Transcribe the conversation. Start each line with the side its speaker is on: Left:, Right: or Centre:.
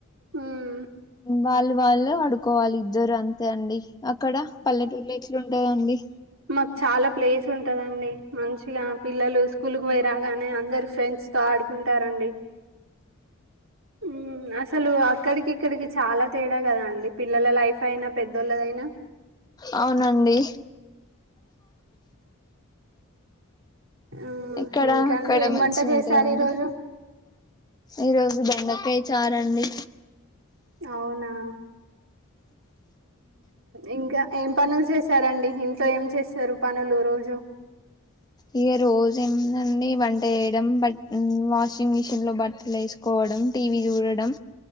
Right: మ్మ్
Left: వాల్ వాల్ ఆడుకోవాలి ఇద్దరు అంత్ తే అండి అక్కడ పల్లెటూళ్లో ఎట్లు ఉంటదండి
Right: మాక్ చాలా ప్లేస్ ఉంటదండి మంచిగా పిల్లలు స్కూల్ కు పోయి రాగానే అందరు ఫ్రెండ్స్ తో ఆడుకుంటారండి హ్మ్ అసలు అక్కడికి ఇక్కడికి చాలా తేడా గదా అండి పిల్లల లైఫ్ అయినా పెద్దోళ్ళదైనా
Left: అవునండి
Right: ఆ
Left: ఇక్కడ
Right: ఇంకా
Left: అక్కడ
Right: అండి ఏం
Left: మంచిగ్
Right: వంట చేశారు
Left: ఉంటందండి
Right: ఈరోజు
Left: ఈ రోజు బె డకాయ చారండి
Right: అవునా ఇంకా ఏం పనులు చేశారండి ఇంట్లో ఏం చేస్తారు పనులు రోజు
Left: ఇగ రోజు ఏముందండి వంట చేయడం బట్ వాషింగ్ మిషిన్ లో బట్టలు వేసుకోవడ్ డం టీవి చూడడం